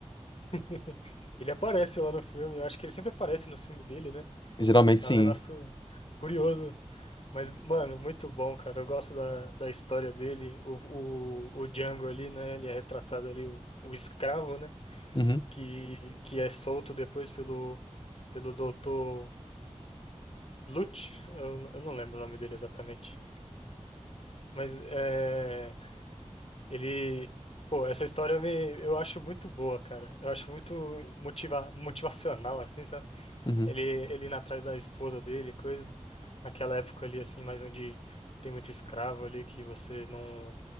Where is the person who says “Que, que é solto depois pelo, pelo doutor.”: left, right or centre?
Left